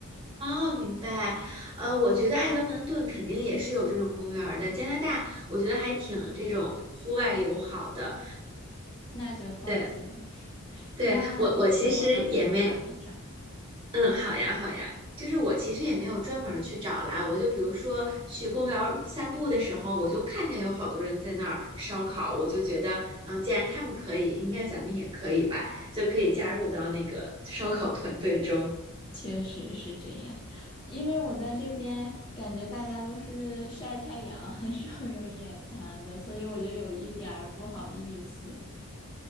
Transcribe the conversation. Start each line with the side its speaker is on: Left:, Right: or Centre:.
Right: 哦，明白。呃，我觉得爱德蒙顿肯定也是有这种公园儿的。加拿大，我觉得还挺这种户外友好的。
Left: 那就放心了。
Right: 对，对，
Left: 那等我到时候找一找。
Right: 我我其实也没，嗯，好呀，好呀。就是我其实也没有专门儿去找啦，我就比如说去公园儿散步的时候，我就看见有好多人在那儿烧烤，我就觉得，嗯，既然他们可以，应该咱们也可以吧，就可以加入到那个烧烤团队中。
Left: 确实是这样，因为我在这边感觉大家都是晒太阳，<laughs> 很少有野餐的，所以我就有一点儿不好意思。